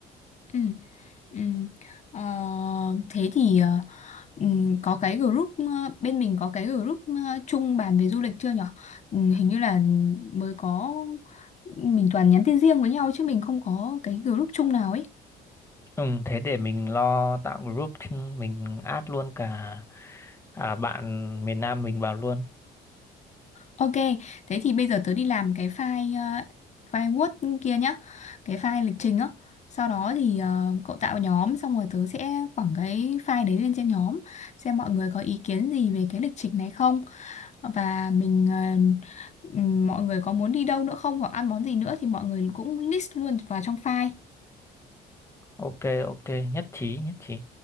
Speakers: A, on the left; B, on the left.
A: Ừ. Ừ. Ờ, thế thì ờ, ừ, có cái group ờ, bên mình có cái group ờ, chung bàn về du lịch chưa nhở? Ừ, hình như là mới có mình toàn nhắn tin riêng với nhau chứ mình không có cái group chung nào ấy.
B: Ừ, thế để mình lo tạo group, thì mình add luôn cả à, bạn miền Nam mình vào luôn.
A: Ok, thế thì bây giờ tớ đi làm cái file ờ, file Word kia nhá, cái file lịch trình á. Sau đó thì ờ, cậu tạo nhóm xong rồi tớ sẽ quẳng cái file đấy lên trên nhóm xem mọi người có ý kiến gì về cái lịch trình này không. và mình ờ, ừm, mọi người có muốn đi đâu nữa không hoặc ăn món gì nữa thì mọi người cũng list luôn vào trong file.
B: Ok, ok, nhất trí, nhất trí.